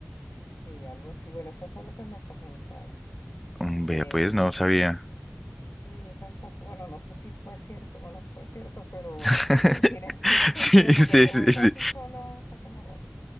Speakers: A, on the left; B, in the centre.
A: sí, algo así. Bueno, eso fue lo que me comentaron.
B: Mm,
A: Eh,
B: Vea, pues no sabía.
A: sí, yo tampoco, bueno, no sé si fue cierto o no fue cierto, pero bueno,
B: <laughs>
A: tiene, tiene, tiene sentido
B: Sí, sí,
A: porque ese
B: sí,
A: hueco
B: sí.
A: así solo está como raro.